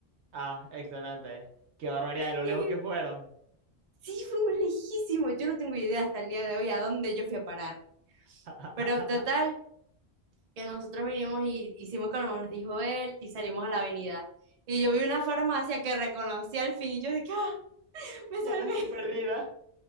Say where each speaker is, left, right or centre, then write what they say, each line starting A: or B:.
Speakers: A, on the right; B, on the right.
A: Ah, excelente. Qué barbaridad de lo
B: Y
A: lejos
B: en el-
A: que fueron.
B: sí, fuimos lejísimos. Yo no tengo idea hasta el día de hoy a dónde yo fui a parar.
A: <laughs>
B: Pero total, que nosotros vinimos y hicimos como nos dijo él y salimos a la avenida. Y yo vi una farmacia que reconocí al fin y yo dije, ah, me
A: Ya
B: salvé.
A: no estoy
B: <laughs>
A: perdida.